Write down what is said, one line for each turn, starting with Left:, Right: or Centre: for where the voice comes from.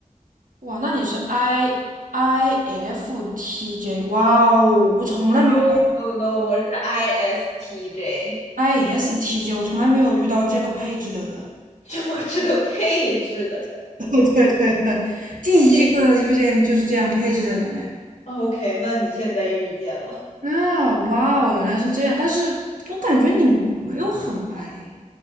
Right: 哇，那你是 I I F T J，哇哦，我从来没遇到
Left: n o n o no，我是 ISTJ，
Right: I S T J，我从来没有遇到这个配置的人，
Left: 这么这个配置的人
Right: <laughs> 对对对，第一个遇见就是这样配置的人，
Left: 性。
Right: 哎。
Left: OK，那你现在遇见了。
Right: 啊，哇哦，原来是这样，但是我感觉你没有很矮，